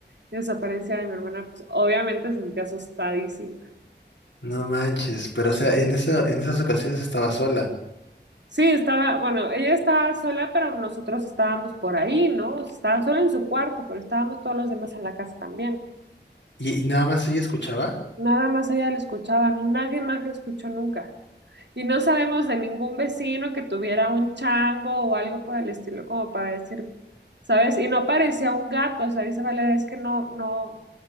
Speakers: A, on the right; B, on the left.
A: Y desaparecía y mi hermana, pues obviamente se sentía asustadísima.
B: no manches, pero o sea, en esa, en esas ocasiones estaba sola.
A: Sí, estaba, bueno, ella estaba sola, pero nosotros estábamos por ahí, ¿no? Estaba sola en su cuarto, pero estábamos todos los demás en la casa también.
B: ¿Y, y nada más ella escuchaba?
A: Nada más ella lo escuchaba, nadie más lo escuchó nunca. Y no sabemos de ningún vecino que tuviera un chango o algo por el estilo, como para decir, ¿sabes? Y no parecía un gato, o sea, dice Valeria, es que no, no,